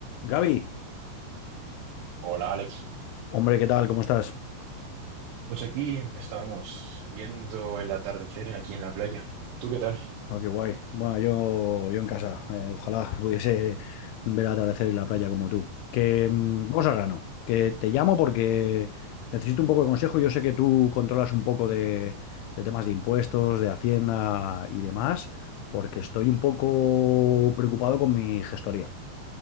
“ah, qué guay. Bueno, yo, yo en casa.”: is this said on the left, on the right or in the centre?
Left